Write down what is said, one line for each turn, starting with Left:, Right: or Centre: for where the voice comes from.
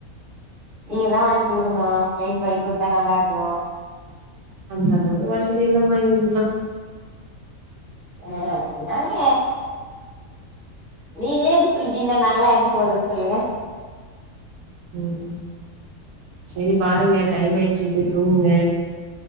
Centre: நீங்க தா வாங்கி குடுக்கணு பிளைட் வாங்கி் குடுத்தா நல்லாருக்கு
Right: அந்தளவுக்கு வசதி இல்லமா எங்களுக்குல்லா
Centre: அ இந்தாங்க நீங்களே இப்டி சொல்லிட்டீங்ன்னா நாங்களா எங்க போறது சொல்லுங்க
Right: ம் ம் செரி பாருங்க டைம் ஆயிடுச்சு போய் தூங்குங்க